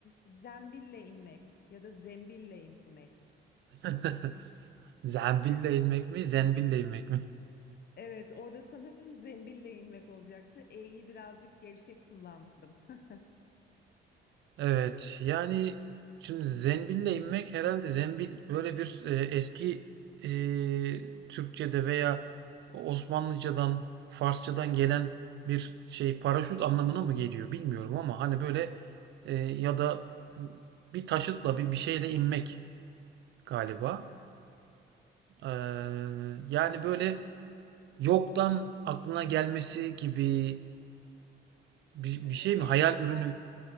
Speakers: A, on the left; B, on the right.
A: zembille inmek ya da zembille inmek.
B: <laughs> Zembille inmek mi, zembille inmek mi?
A: Evet, orada sanırım zembille inmek olacaktı. E'yi birazcık gevşek kullandım. <laughs>
B: Evet yani şimdi Zembil'le inmek herhalde Zembil böyle bir e, eski e, Türkçe'de veya Osmanlıcadan Farsçadan gelen bir şey paraşüt anlamına mı geliyor bilmiyorum ama hani böyle e, ya da e, bir taşıtla bir bir şeyle inmek galiba.
A: Ha.
B: Eee, yani böyle yoktan aklına gelmesi gibi bir,
A: Evet,
B: bir şey mi? Hayal
A: yaklaş.
B: ürünü,